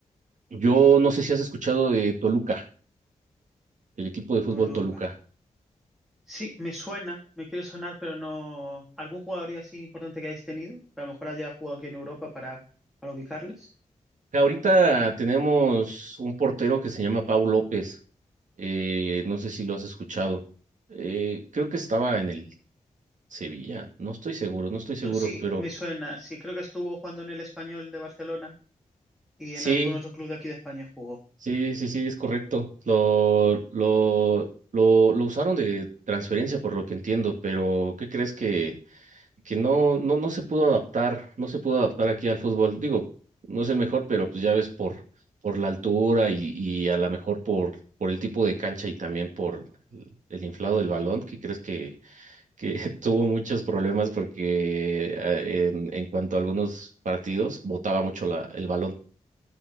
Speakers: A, on the right (about 70°); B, in the centre.
A: Yo no sé si has escuchado de Toluca, el equipo de fútbol
B: Toluca.
A: Toluca.
B: Sí, me suena, me quiere sonar, pero no. ¿Algún jugador así importante que hayáis tenido? Que a lo mejor haya jugado aquí en Europa para, para ubicarles.
A: Ahorita tenemos un portero que se llama Pau López. Eh, no sé si lo has escuchado. Eh, creo que estaba en el Sevilla. No estoy seguro, no estoy seguro,
B: No, sí,
A: pero
B: me suena, sí, creo que estuvo jugando en el Español de Barcelona y
A: sí,
B: en algún otro club de aquí de España jugó.
A: sí, sí, sí, es correcto. Lo, lo, lo, lo usaron de transferencia, por lo que entiendo, pero ¿qué crees que, que no, no, no se pudo adaptar? No se pudo adaptar aquí al fútbol. Digo, no es el mejor, pero pues ya ves por, por la altura y, y a lo mejor por, por el tipo de cancha y también por el inflado del balón. ¿Qué crees que que <laughs> tuvo muchos problemas porque eh, en, en cuanto a algunos partidos botaba mucho la- el balón.